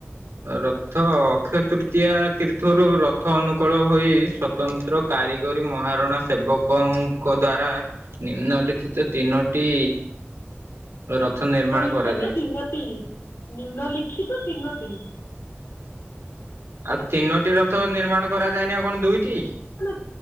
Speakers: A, on the right; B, on the left.
A: ରଥ ଅକ୍ଷୟ ତୃତୀୟା ତୀର୍ଥରୁ ରଥ ଅନୁକୂଳ ହୋଇ ସତ୍ ତନ୍ତ୍ର କାରିଗରୀ ମହାରଣା ସେବକଙ୍କ ଦ୍ଵାରା ନିମ୍ନଲିିଖିତ ତିନୋଟି ରଥ
B: ନିମ୍ନ
A: ନିର୍ମାଣ
B: ଲିଖତ
A: କରାଯାଏ।
B: ତିନୋଟି, ନିମ୍ନଲିଖିତ ତିନୋଟି
A: ଆଉ ତିନୋଟି ରଥ ନିର୍ମାଣ କରାଯାଏନି ଆଉ କଣ ଦୁଇଟି?
B: ନା